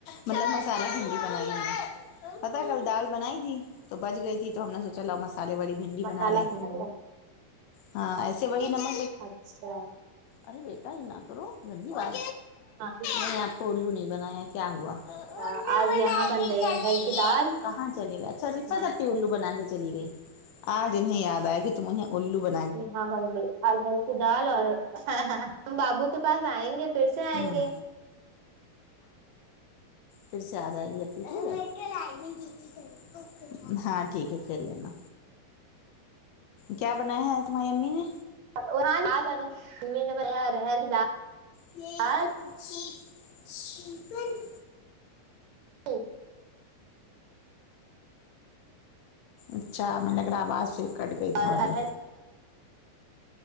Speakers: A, on the left; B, on the right.
A: مطلب مسالہ ہندی بنائی نے پتا کل دال بنائی تھی تو بچ گئی تھی تو ہم نے سوچا لاؤ مسالے بی بھنڈی بنا
B: مسالہ
A: لے ہاں ایسے وہی نم
B: اچھا
A: ارے بیٹا ا نہ کرو دھنی واد
B: ہاں
A: نہیں آپ کو الو نہیں بنایا کیا ہوا بنا
B: اچھا آج یہاں بن
A: کے
B: رہی
A: چلے
B: ہے ارہر
A: گ
B: کی دال
A: کہاں چلے گئے اچھا رشہ
B: ہاں
A: جتی الو بنا کے چلی گئی آج انھے دیا کہ تمہیںے الو بن
B: جی ہاں اور دل کی دال اور ہم بابو کے پاس آئیں گے پھر سے سے آئیں
A: ہوں
B: گے
A: پھر سے آ جائے گی اھی ہے ہاں ٹھیک ہے کر لینا کیا بنایا ہے تمہاری امی نے
B: رہ ممی نے <unintelligible>
A: یہ
B: دال
A: اچھی نہیں
B: دو
A: اچھا میں نگر آباد سے کٹ گئی تمہاری
B: اور ارہر